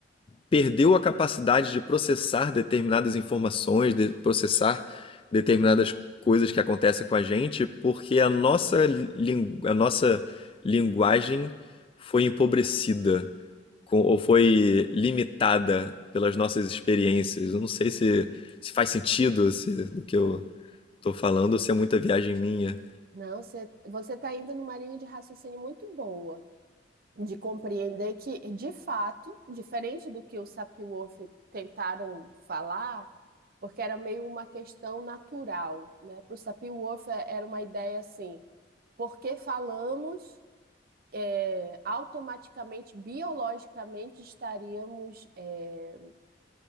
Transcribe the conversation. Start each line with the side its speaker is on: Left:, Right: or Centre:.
Left: perdeu a capacidade de processar determinadas informações, de processar determinadas coisas que acontecem com a gente, porque a nossa, lin- a nossa linguagem foi empobrecida com- ou foi limitada pelas nossas experiências. Eu não sei se, se faz sentido se, do que eu Tô falando se é muita viagem minha.
Right: Não, você, você está indo numa linha de raciocínio muito boa, de compreender que, de fato, diferente do que o Sapir-Whorf tentaram falar, porque era meio uma questão natural, né? Para o Sapir-Whorf é- era uma ideia assim, porque falamos, é, automaticamente, biologicamente, estaríamos é,